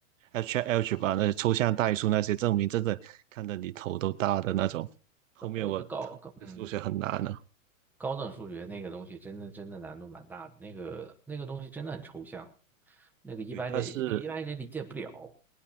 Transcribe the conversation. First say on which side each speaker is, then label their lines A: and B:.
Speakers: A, on the right (about 65°); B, in the centre.
A: H H 吧，那些抽象代数那些证明，真的看得你头都大的那种。后面我
B: 高我这高高，嗯。
A: 数学很难了，
B: 高等数学那个东西真的真的难度蛮大的，那个那个东西真的很抽象，那个一般人一般人理解不了。
A: 对，但是